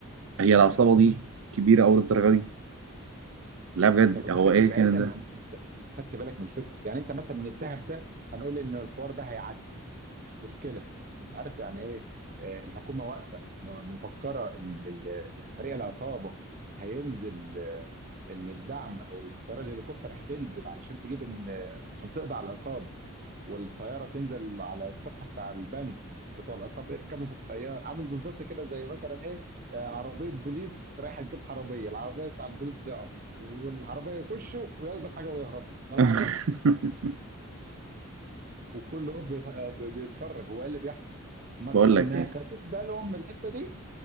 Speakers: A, on the right; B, on the right.
A: هي العصابة دي كبيرة أوي للدرجة دي لا بجد
B: انت متخيل
A: هو إيه
B: بعيدا
A: كان ده
B: عن انت أنت خدت بالك من الفكره يعني انت مثلا من الذهب ده هنقول ان الحوار ده هيعدي مش مشكله انت عارف يعني ايه آه، الحكومه واقفه م- مفكره ان ال- فريق العصابه هينزل آه، ان الدعم او الطياره الهليكوبتر هتنزل علشان تجيب ان آه، عشان تقضي على العصابه والطياره تنزل على السطح بتاع البنك بتوع العصابه يركبوا في الطياره عامل بالظبط كده زي مثلا ايه آه، عربيه بوليس رايحه تجيب حراميه العربيه بتاع البوليس تقف والعربيه يخشوا وياخدوا الحاجه ويهربوا ما العربيه
A: <laughs>
B: وكل واقف بيت- بيتفرج هو ايه اللي بيحصل ما
A: بقول لك
B: ما
A: ايه
B: خدوش بالهم من الحته دي